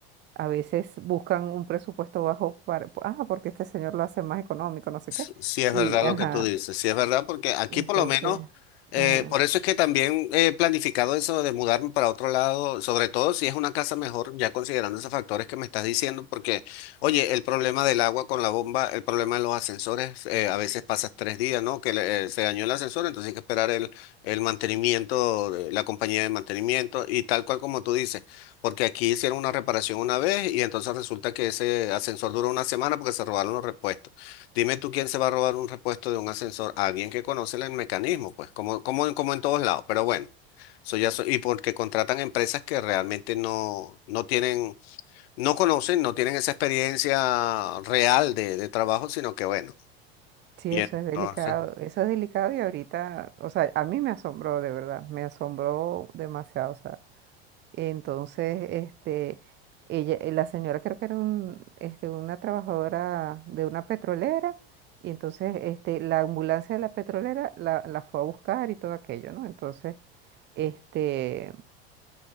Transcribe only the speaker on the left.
Sí
si es
verdad lo
que tú dices, Sí es verdad, porque aquí
por lo menos, eh,
por eso es que también he planificado eso de mudarme para otro lado, sobre todo si es una casa mejor, ya considerando esos factores que me estás diciendo, porque, oye, el problema del agua con la bomba, el problema de los ascensores, eh, a veces pasas tres días, ¿no? Que le- eh, se dañó el ascensor, entonces hay que esperar el, el mantenimiento, de la compañía de mantenimiento y tal cual como tú dices, porque aquí hicieron una reparación una vez y entonces resulta que ese ascensor duró una semana porque se robaron los repuestos. Dime tú quién se va a robar un repuesto de un ascensor, alguien que conoce el mecanismo, pues, como, como, en- como en todos lados, pero bueno, eso ya so- y porque contratan empresas que realmente no, no tienen, no conocen, no tienen esa experiencia real de, de trabajo, sino que bueno,
y
entonces,